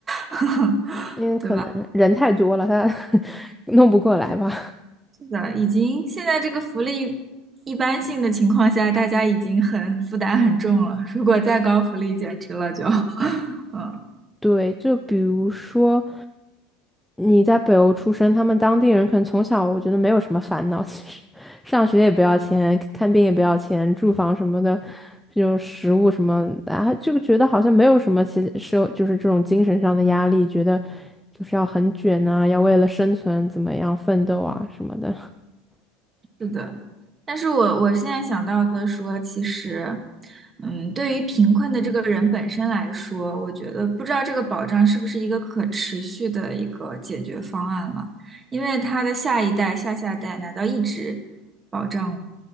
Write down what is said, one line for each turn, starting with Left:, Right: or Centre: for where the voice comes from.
Right: <laughs>
Centre: 因为可能人太多了，
Right: 对吧？
Centre: 他 <laughs> 弄不过来吧。
Right: 是的，已经现在这个福利一般性的情况下，大家已经很负担很重了，如果再高福利，简直了就，<laughs> 嗯。
Centre: 对，就比如说你在北欧出生，他们当地人可能从小我觉得没有什么烦恼，其实上学也不要钱，看病也不要钱，住房什么的，就食物什么的，啊，就觉得好像没有什么其社就是这种精神上的压力，觉得就是要很卷啊，要为了生存怎么样奋斗啊什么的。<laughs>
Right: 是的，但是我我现在想到的说，其实，嗯，对于贫困的这个人本身来说，我觉得不知道这个保障是不是一个可持续的一个解决方案了，因为他的下一代、下下代难道一直保障，